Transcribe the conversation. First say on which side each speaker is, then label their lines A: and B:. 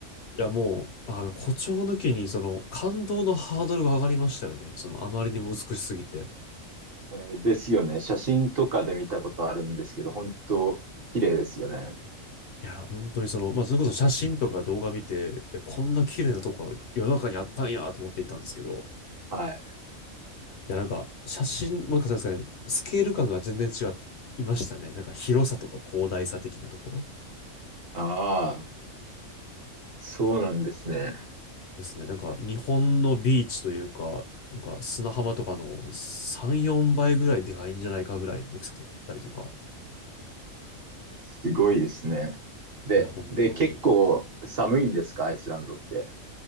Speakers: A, on the left; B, on the right.
A: いやもう、あの、誇張抜きにその感動のハードルが上がりましたよね。そのあまりにも美しすぎて。
B: えーですよね。写真とかで見たことあるんですけど、本当綺麗ですよね。
A: いや、本当にその、まあ、それこそ写真とか動画見て、えこんな綺麗なとこ世の中にあったんやと思って行ったんですけど、
B: はい。
A: や、なんか、写真、もう一回そうですかね、スケール感が全然違いましたね。なんか広さとか広大さ的なところ
B: ああ、そうなんですね。
A: ですね。なんか、日本のビーチというか、なんか砂浜とかの3、4倍ぐらいでかいんじゃないかぐらいの大きさだったりとか。
B: すごいですね。で、
A: いや、本当に。
B: で、結構寒いんですかアイスランドって。